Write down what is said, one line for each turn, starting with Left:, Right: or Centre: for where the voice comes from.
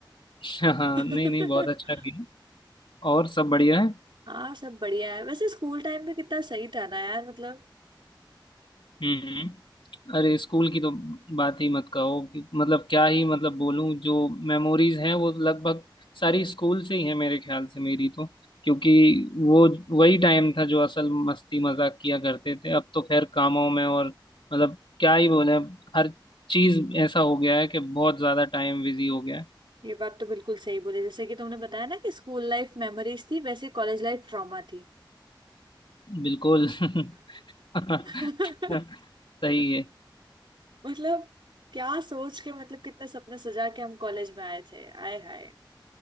Left: हाँ हाँ,
Right: <laughs>
Left: नहीं नहीं बहुत अच्छा किया और सब बढ़िया है
Right: हाँ सब बढ़िया है वैसे स्कूल टाइम में कितना सही था ना यार मतलब
Left: हम्म अरे स्कूल की तो बात ही मत कहो कि मतलब क्या ही मतलब बोलूं जो मेमोरीज हैं वो लगभग सारी स्कूल से ही है मेरे ख्याल से मेरी तो क्योंकि वो वही टाइम था जो असल मस्ती मजाक किया करते थे अब तो खैर कामों में और मतलब क्या ही बोले अब हर चीज ऐसा हो गया है कि बहुत ज्यादा टाइम बिजी हो गया है
Right: ये बात तो बिल्कुल सही बोली जैसे कि तुमने बताया ना कि स्कूल लाइफ मेमोरीज थी वैसे कॉलेज लाइफ ट्रॉमा थी
Left: बिल्कुल <laughs>
Right: <laughs>
Left: सही है
Right: मतलब क्या सोच के मतलब कितने सपने सजा के हम कॉलेज में आए थे आए हाय